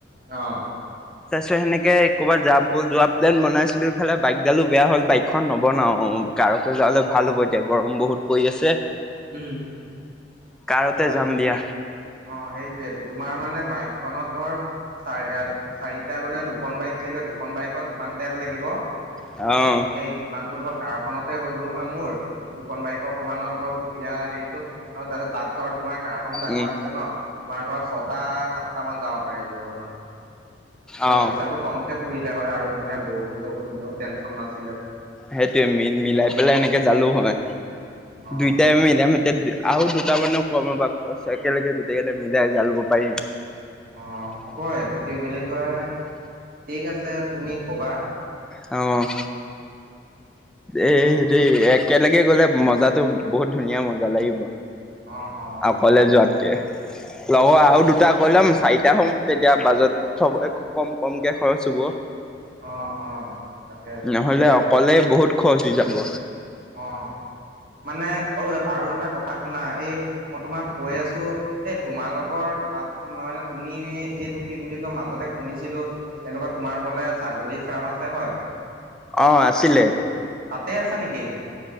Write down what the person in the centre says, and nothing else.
তাৰপিছত সেনেকে কৰবাত যাম ব যোৱা প্লেন বনাইছিলো ইফালে বাইকডালো বেয়া হ'ল বাইক। খন নবনাও অ কাৰতে যোৱা হ'লে ভাল হ'ব এতিয়া গৰম বহুত পৰি আছে।
কাৰতে
যাম দিয়া।
অ
উম
আহ
সেইটোৱে মিল মিলাই পেলাই এনেকে যালো হয়
দুইটাই মিলাই মি এতিয়া। আহো দুটামানৰ কম ৰ'বা খৰচ একেলগে গোটেইকেইটা মিলাই যাই ল'ব পাৰিম।
অঁ',। এই,
সেই একেলগে গ'লে মজাটো বহুত ধুনীয়া মজা লাগিব।
অকলে যোৱাতকে, লগৰ
আৰু দু- টা কৈ ল'ম চাৰিটা হ'ম তেতিয়া বাজেট চব কম খৰচ হ'ব।
নহ'লে অকলে বহুত খৰচ হৈ যাব।
অ', -আছিলে।